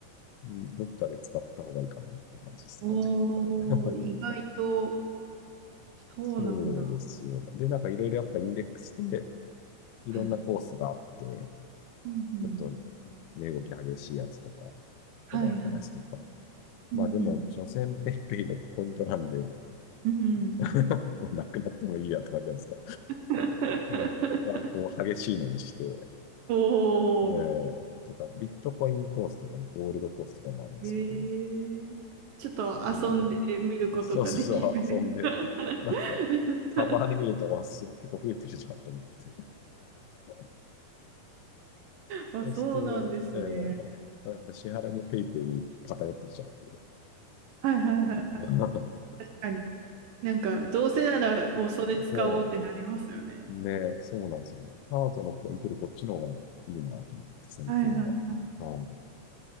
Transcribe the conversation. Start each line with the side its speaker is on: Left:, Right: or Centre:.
Left: うんどっかで使った方がいいかなって感じですね。
Right: おー、
Left: <laughs>
Right: 意外と、そうなんだ。
Left: そうですよ。で、なんかいろいろやっぱインデックスでいろんなコースがあって、
Right: はい。うんうん。
Left: ちょっと値動き激しいやつとか、
Right: はいはい。
Left: 穏やかなやつとか。
Right: うんうん。
Left: まあでも、所詮ペイペイのポイントなんで
Right: うんうん。
Left: <laughs> もうなくなってもいいやって感じなんですか。
Right: <laughs>
Left: もう一番こう激しいのにして、
Right: おー、
Left: えー、とか、ビットコインコースとか、ゴールドコースとかもあるんですけど、
Right: ええちょっと遊んでみることができる。
Left: それに、そうそうそう、遊んで、
Right: <laughs>
Left: なんか、たまに見ると、わ、す、結構増えてるじゃんと思って。<laughs>
Right: あ、
Left: そうすると、
Right: そうなんですね。
Left: えー、やっぱ支払いもペイペイに偏ってきちゃって。
Right: はいはいはい。
Left: <laughs>
Right: 確かになんか、どうせなら、もうそれ使おうってなりますよね。
Left: そう、ね、そうなんですよ。カードのポイントでこっちの方がいいなと思って、最近は。
Right: はいはいはいは
Left: うん